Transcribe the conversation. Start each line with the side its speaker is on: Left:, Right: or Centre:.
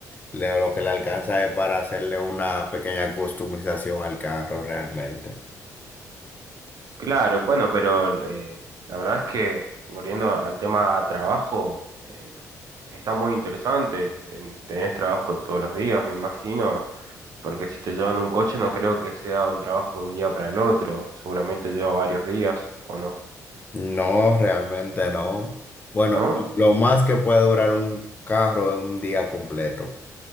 Left: le- lo que le alcanza es para hacerle una pequeña customización al carro realmente.
Right: Claro, bueno, pero eh, la verdad es que volviendo a- al tema trabajo, eh, está muy interesante. Ten- tenés trabajo todos los días, me imagino, porque si te llevan un coche no creo que sea un trabajo de un día para el otro. Seguramente lleva varios días, ¿o no?
Left: No, realmente no. Bueno,
Right: ¿No?
Left: lo más que puede durar un carro es un día completo.